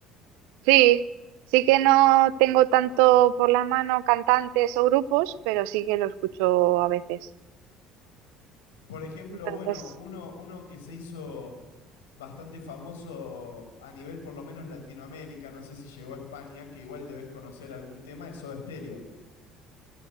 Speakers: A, on the right (about 75°); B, on the left (about 85°).
A: sí, sí que no tengo tanto por la mano cantantes o grupos, pero sí que lo escucho a veces.
B: Por ejemplo,
A: Entonces,
B: bueno, uno, uno que se hizo bastante famoso a nivel por lo menos Latinoamérica, no sé si llegó a España, que igual debes conocer algún tema, es Soda Stereo.